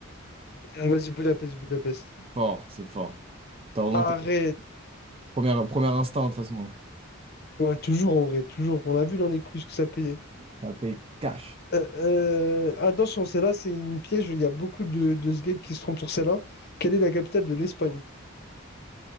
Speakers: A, on the left; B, on the right.
A: Ah, Vas-y, Budapest, Budapest.
B: Fort, c'est fort. T'as vraiment
A: Arrête!
B: que t'as- première, premier instinct, de toute façon.
A: Ouais, toujours en vrai, toujours. On l'a vu dans les quiz que ça payait.
B: Ça paye cash.
A: Euh, euh, attention, celle-là, c'est une piège. Il y a beaucoup de, de ce gars qui se trompent sur celle-là. Quelle est la capitale de l'Espagne?